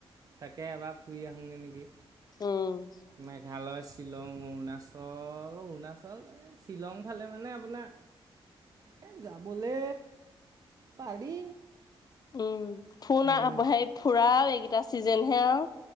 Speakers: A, on the right (about 40°); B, on the left (about 40°).
A: তাকে এবাৰ ফুৰি আহোগে নেকি।
B: অ'
A: মেঘালয়, শ্বিলং অৰুণাচল অৰুণাচল শ্বিলং ফালে মানে আপোনাৰ এ যাবলে পাৰি
B: উম ফুন
A: উম
B: আ সেই ফুৰাও এ এইকেইটা ছিজনেহে আও